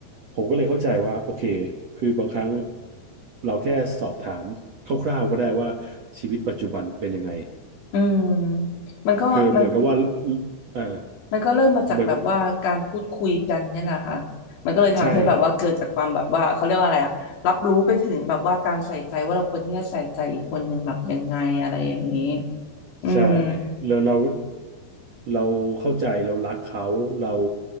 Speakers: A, on the right; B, on the left.
A: ผมก็เลยเข้าใจว่าโอเคคือบางครั้งเราแค่สอบถามคร่าวๆก็ได้ว่าชีวิตปัจจุบันเป็นยังไง
B: อืมมันก็มัน
A: คือเหมือนกับว่าเออ
B: มันก็เริ่มมาจากแบบว่าการพูดคุยกันเนี่ยแหละค่ะมันก็เลยทำให้แบบว่าเกิดจากความแบบว่าเขาเรียกว่าอะไรอะรับรู้ไปถึงแบบว่าการใส่ใจว่าเราควรที่จะใส่ใจอีกคนหนึ่งแบบยังไงอะไรอย่างนี้
A: เหมือนกับใช่
B: อืม
A: ใช่แล้วเราเราเข้าใจเรารักเขาเรา